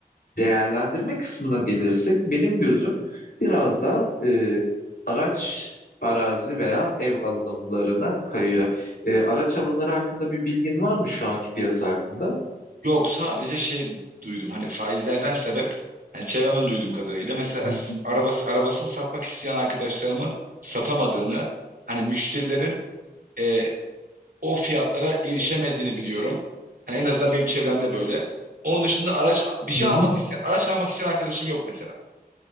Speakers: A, on the left (about 70°); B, on the right (about 70°).
A: değerlendirme kısmına gelirsek benim gözüm biraz da e, araç arazi veya ev alımlarına kayıyor. E, araç alımları hakkında bir bilgin var mı şu anki piyasa hakkında?
B: Yok sadece şey duydum hani faizlerden sebep hani çevremden duyduğum kadarıyla mesela
A: Hı hı.
B: s- arabası arabasını satmak isteyen arkadaşlarımın satamadığını hani müşterilerin e, o fiyatlara erişemediğini biliyorum. Hani en azından benim çevremde böyle. Onun dışında araç bir şey
A: hı hı.
B: almak isteyen, araç almak isteyen arkadaşım yok mesela.